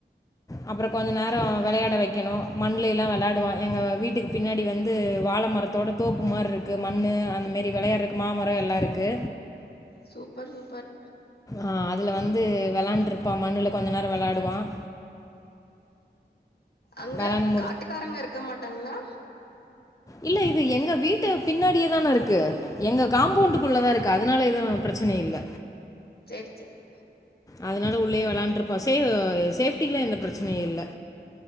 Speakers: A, on the left; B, on the left.
A: அப்புறம் கொஞ்சம் நேரோ
B: ம்
A: விளையட வக்கணும் மண்லெல்லாம் விளையாடுவா எங்க வீட்டுக்கு பின்னாடி வந்து வாழை மரத்தோட தோப்புமார் இருக்கு மண்ணு அன்மேரி விளையாறக்கு மாமரம் எல்லாம் இருக்கு
B: சூப்பர் சூப்பர்
A: ஆஹ் அதுல வந்து விளாண்டுருப்பா மண்ணுல கொஞ்ச நேரம் விளாடுவான்
B: அங்க
A: விளாண்டு
B: காட்டுக்காரங்க இருக்க மா டங்களா
A: இல்ல இது எங்க வீட்டு பின்னாடியேதான இருக்கு எங்க காம்பவுண்டுக்குள்ளதான் இருக்கு அதனால எதும் பிரச்சன இல்ல
B: சேரி சேரி
A: அதனால உள்ளயே வேலான்டுயிருப்பா சே சேஃப்டிகிலாம் எந்த பிரச்சனையும் இல்ல